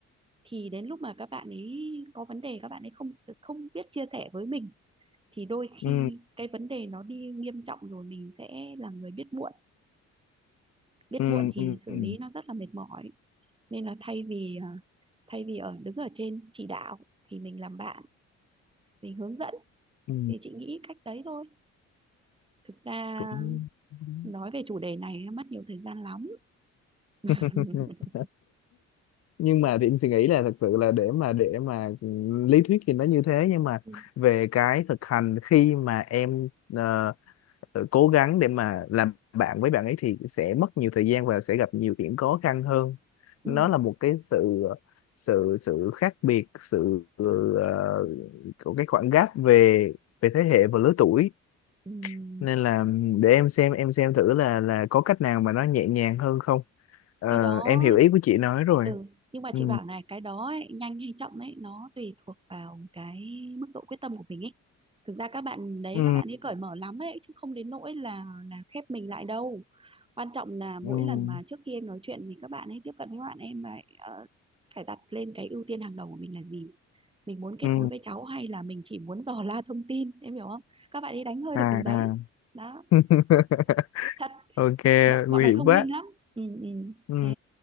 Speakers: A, on the right; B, on the left.
A: thì đến lúc mà các bạn ấy có vấn đề các bạn ấy không không biết chia sẻ với mình thì đôi khi
B: ừ
A: cái vấn đề nó đi nghiêm trọng rồi mình sẽ là người biết muộn biết
B: ừ
A: muộn thì
B: ừ
A: xử
B: ừ
A: lý nó rất là mệt mỏi nên là thay vì à, thay vì ở đứng ở trên chỉ đạo thì mình làm bạn mình hướng dẫn
B: ừ,
A: thì chị nghĩ cách đấy thôi thực ra
B: cũng đúng.
A: nói về chủ đề này nó mất nhiều thời gian lắm
B: <laughs>
A: <laughs>
B: nhưng mà thì em suy nghĩ là thật sự là để mà để mà ừ, lý thuyết thì nó như thế nhưng mà
A: ừ,
B: về cái thực hành khi mà em ờ, cố gắng để mà làm bạn với bạn ấy thì sẽ mất nhiều thời gian và sẽ gặp nhiều điểm khó khăn hơn
A: ừ,
B: nó là một cái sự ờ, sự sự khác biệt sự ờ, của cái khoảng gap về về thế hệ và lứa tuổi
A: ừ.
B: nên là để em xem em xem thử là là có cách nào mà nó nhẹ nhàng hơn không Ờ,
A: cái đó
B: em hiểu ý của chị nói rồi
A: ừ nhưng mà
B: ừ
A: chị bảo này cái đó ấy, nhanh hay chậm ấy nó tùy thuộc vào cái mức độ quyết tâm của mình ấy thực ra các bạn đấy
B: ừ
A: các bạn ấy cởi mở lắm ấy chứ không đến nỗi là là khép mình lại đâu quan trọng là mỗi
B: ừ
A: lần mà trước khi em nói chuyện thì các bạn ấy tiếp cận với bạn em lại ờ, phải đặt lên cái ưu tiên hàng đầu của mình là gì mình muốn kết
B: ừ
A: nối với cháu hay là mình chỉ muốn dò la thông tin em hiểu không các bạn ấy đánh hơi
B: à
A: được điều đấy
B: à
A: đó
B: <laughs>
A: thật
B: ok
A: bọn
B: nguy
A: bọn nó
B: hiểm
A: thông
B: quá
A: minh lắm ừ, ừ.
B: ừ
A: thế